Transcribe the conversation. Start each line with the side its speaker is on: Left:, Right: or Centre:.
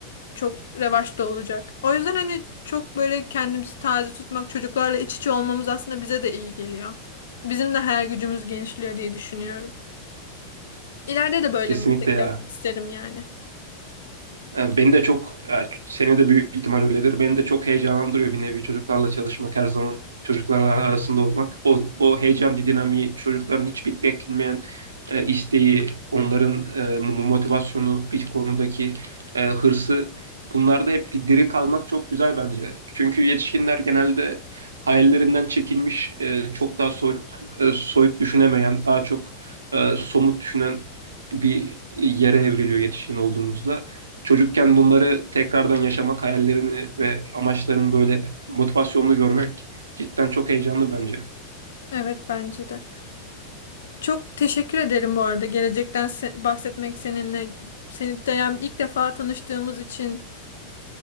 Left: çok revaçta olacak. O yüzden hani çok böyle kendimizi taze tutmak, çocuklarla iç içe olmamız aslında bize de iyi geliyor. Bizim de hayal gücümüz genişliyor diye düşünüyorum. İleride de böyle
Right: kesinlikle
Left: meslek
Right: ya.
Left: yapmak isterim yani.
Right: E, Beni de çok, yani seni de büyük ihtimal öyledir. Beni de çok heyecanlandırıyor bir nevi çocuklarla çalışmak her zaman. Çocuklarla arasında olmak. O, o heyecan dinamiği, çocukların hiç bit- beklenmeyen e, isteği, onların e, mo- motivasyonu, bir konudaki e, hırsı. Bunlarda hep di- diri kalmak çok güzel bence. Çünkü yetişkinler genelde hayallerinden çekilmiş, e, çok daha soyut, e, soyut düşünemeyen, daha çok e, somut düşünen bir yere evriliyor yetişkin olduğumuzda çocukken bunları tekrardan yaşamak hayallerini ve amaçlarını böyle motivasyonlu görmek cidden çok heyecanlı bence.
Left: Evet bence de. Çok teşekkür ederim bu arada gelecekten se- bahsetmek seninle. Seni de yani ilk defa tanıştığımız için